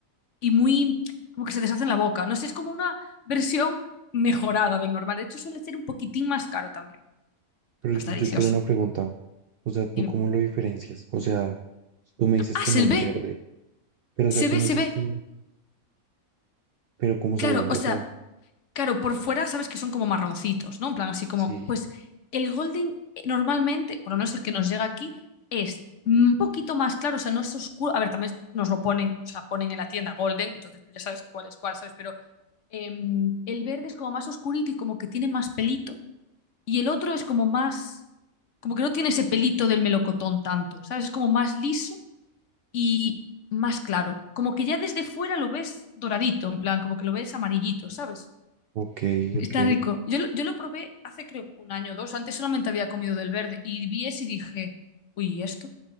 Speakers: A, on the left; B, on the right.
A: y muy, como que se deshace en la boca. No sé, es como una versión mejorada del normal. De hecho, suele ser un poquitín más caro también,
B: Pero
A: pero
B: yo,
A: está
B: yo
A: delicioso.
B: tengo una pregunta. O sea, ¿tú
A: Dime,
B: cómo lo diferencias? O sea, tú me dices
A: ah,
B: que
A: se
B: no es
A: ve,
B: verde, pero o
A: se
B: sea, tú
A: ve,
B: me
A: se
B: dices
A: ve.
B: que no, pero ¿cómo
A: Claro,
B: se ve?
A: o
B: O
A: sea,
B: sea,
A: claro, por fuera sabes que son como marroncitos, ¿no? En plan, así como,
B: sí,
A: pues el golden eh, normalmente, por lo menos el que nos llega aquí, es un poquito más claro, o sea, no es oscuro. A ver, también nos lo ponen, o sea, ponen en la tienda golden, entonces tú ya sabes cuál es cuál, ¿sabes? Pero em, el verde es como más oscurito y como que tiene más pelito. Y el otro es como más, como que no tiene ese pelito del melocotón tanto, ¿sabes? Es como más liso y más claro. Como que ya desde fuera lo ves doradito, en plan, como que lo ves amarillito, ¿sabes?
B: ok,
A: Está
B: ok.
A: rico. Yo, lo- yo lo probé hace creo que un año o dos. Antes solamente había comido del verde y vi ese y dije, uy, ¿y esto?